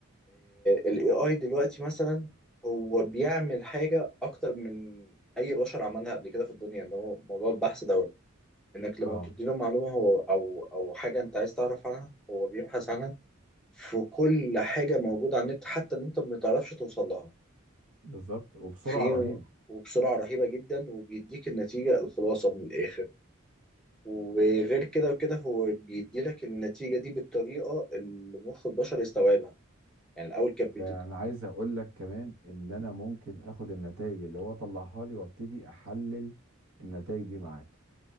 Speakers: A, in the centre; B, on the right.
A: الاي اي دلوقتي مثلا هو بيعمل حاجة اكتر من اي بشر عملها قبل كده في الدنيا اللي هو موضوع البحث دوت انك لما
B: اه
A: بتديله معلومة هو او او حاجة انت عايز تعرف عنها هو بيبحث عنها في كل حاجة موجودة على النت حتى اللي انت ما بتعرفش توصل لها
B: بالظبط وبسرعة
A: في
B: رهيبة
A: وبسرعة رهيبة جدا وبيديك النتيجة الخلاصة من الآخر وغير كده وكده هو بيديلك النتيجة دي بالطريقة اللي مخ البشر يستوعبها يعني الأول كان
B: ده
A: بيت-
B: انا عايز اقول لك كمان ان انا ممكن اخد النتائج اللي هو طلعها لي وابتدي احلل النتائج دي معاه